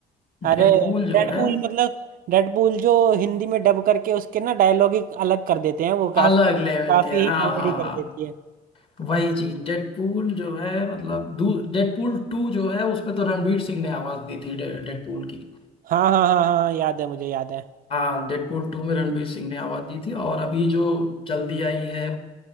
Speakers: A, on the left; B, on the right.
A: डेडपूल
B: अरे
A: जो
B: डेडपूल
A: है
B: मतलब डेडपूल जो हिंदी में डब करके उसके ना डायलॉग ही अलग कर देते हैं वो काफी
A: अलग लेवल
B: काफी
A: के
B: ही
A: हाँ
B: कॉमेडी
A: हाँ हाँ
B: कर देती है
A: वही चीज डेडपूल जो है मतलब डेडपूल टू जो है उसमें तो रणवीर सिंह ने आवाज दी थी डेडपूल की।
B: हाँ हाँ हाँ हाँ हाँ, याद है मुझे याद है
A: हाँ डेडपूल टू में रणवीर सिंह ने आवाज दी थी और अभी जो जल्दी आई है